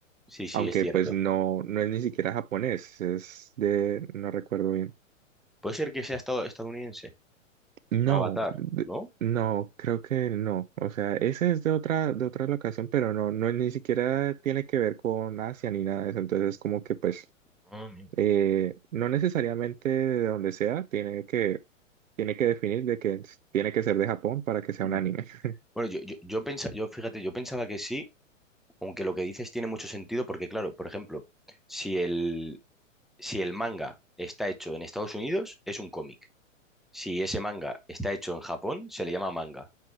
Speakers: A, in the centre; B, on the right (about 75°).
A: sí, sí,
B: aunque
A: es cierto.
B: pues no, no es ni siquiera japonés, es de, no recuerdo bien.
A: Puede ser que sea estado- estadounidense,
B: No,
A: Avatar,
B: d-
A: ¿no?
B: no, creo que no. O sea, ese es de otra, de otra locación, pero no, no, ni siquiera tiene que ver con Asia ni nada de eso. Entonces es como que pues
A: Ah, amigo.
B: eh, no necesariamente de donde sea, tiene que, tiene que definir de que s- tiene que ser de Japón para que sea
A: Mm.
B: un anime. <laughs>
A: Bueno, yo, yo, yo pensaba, yo fíjate, yo pensaba que sí, aunque lo que dices tiene mucho sentido, porque claro, por ejemplo, si el, si el manga está hecho en Estados Unidos, es un cómic. Si ese manga está hecho en Japón, se le llama manga.